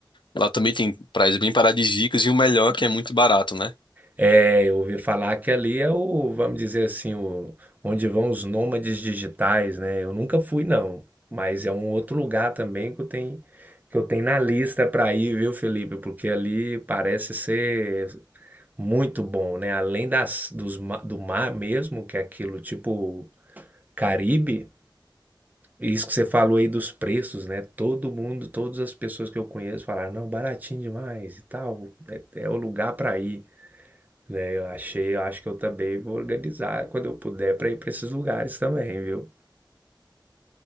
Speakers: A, on the left; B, on the right.
A: Lá também tem praias bem paradisíacas e o melhor é que é muito barato, né?
B: É, eu ouvi falar que ali é o, vamos dizer assim, o, onde vão os nômades digitais, né? Eu nunca fui, não, mas é um outro lugar também que eu tenho, que eu tenho na lista para ir, viu, Felipe? Porque ali parece ser muito bom, né? Além das, dos, ma- do mar mesmo, que é aquilo tipo Caribe, E Isso que você falou aí dos preços, né? Todo mundo, todas as pessoas que eu conheço falaram, não, baratinho demais e tal, é, é o lugar para ir, né? Eu achei, eu acho que eu também vou organizar quando eu puder para ir para esses lugares também, viu?